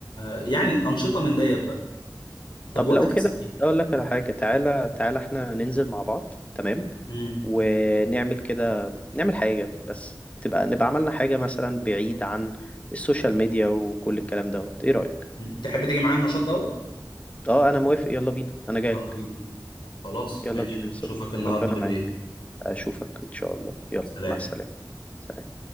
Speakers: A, on the left (about 85°); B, on the left (about 15°).
A: يعني أنشطة من ديت بقى طب
B: طب
A: بقول
B: لو
A: لك إيه
B: كده
A: صحيح
B: اقول لك على حاجة تعالى تعالى احنا ننزل مع بعض تمام
A: مم.
B: ونعمل كده نعمل حاجة بس تبقى نبقى عملنا حاجة مثلا بعيد عن السوشيال ميديا وكل الكلام دوت ايه رأيك
A: مم. تحب تيجي معايا النشاط دوت
B: اه انا موافق يلا بينا انا جاي
A: يلا بينا خلاص
B: يلا
A: ماشي
B: بينا يا صديقي
A: اشوفك النهارده
B: ربنا
A: بالليل
B: معاك أشوفك إن شاء الله يلا
A: سلام
B: مع السلامة سلام